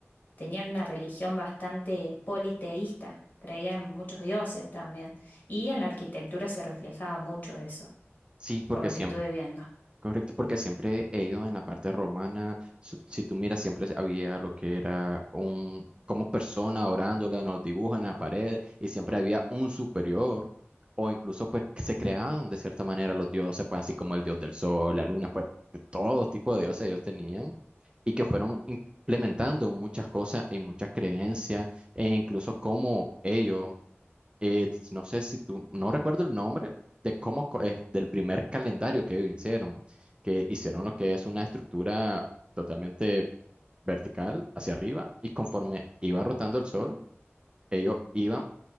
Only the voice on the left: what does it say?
tenían una religión bastante politeísta, creían en muchos dioses también, y en la arquitectura se reflejaba mucho eso,
por lo
que estuve viendo.